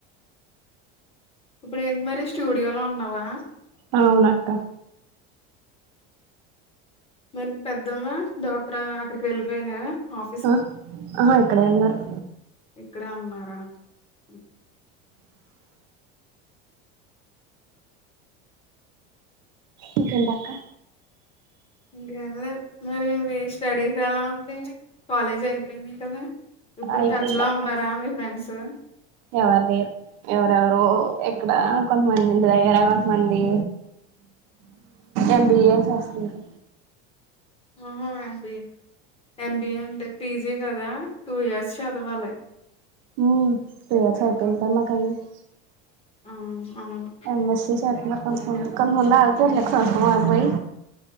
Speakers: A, on the left; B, on the right.
A: ఇప్పుడు ఎమ్మరెస్ట్ స్టడ్ డియాలో ఉన్నావా
B: అవునక్క
A: మరి పెద్దమ్మా డోక్రా అక్కడికి వెళ్ళిపోయినా ఆఫీస్
B: ఆ
A: కి
B: ఆహా ఇక్కడే ఉన్నారు
A: ఇక్కడే ఉన్నారా అ
B: ఇంకేటక్క
A: ఇంకేంలేదు మరి మీ స్టడీస్ ఎలా ఉంటాయి కాలేజీ అయిపోయినాయి కదా ఇప్పుడు
B: అయిపోయిందక్క
A: టచ్ లో ఉన్నారా మీ ఫ్రెండ్స్
B: ఎవరు లేరు ఎవరెవరు ఎక్కడ కొంతమంది ఇంటి దగ్గర కొంతమంది ఎం బి ఏ సాస్ ఇంకా
A: ఆహా M B A M B A అంటే పీ జీ కదా టూ ఇయర్స్ చదవాలి
B: ఉమ్మ్ టూ ఇయర్స్ అయిపోయిన <unintelligible>
A: అవును అవును
B: అ మా సిస్ <unintelligible> కన్ఫర్మ్ గా అవుతారు లే <unintelligible> ఐపోయి